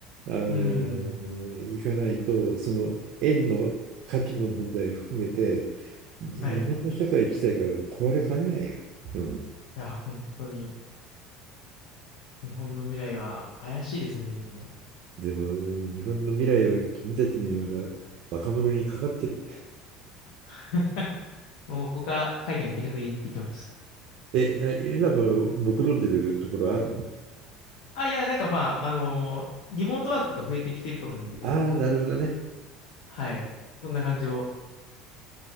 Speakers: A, on the right (about 55°); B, on the left (about 70°).
A: あの、
B: うん。
A: いかないと、その円の価値の問題を含めて、日本の社会自体が壊れかねないよ。
B: はい。い
A: うん。
B: やー、本当に日本の未来は怪しいですね。
A: でも、日本の未来は君たちのような若者にかかってる。
B: <laughs> もう僕は海外に出稼ぎに行ってきます。
A: え、あなんか、目論んでるところあるの
B: あ、いや、なんかまあ、あのーリモートワークとか増えてきてると思うんで、
A: ああー、なるほどね。
B: はい。そんな感じを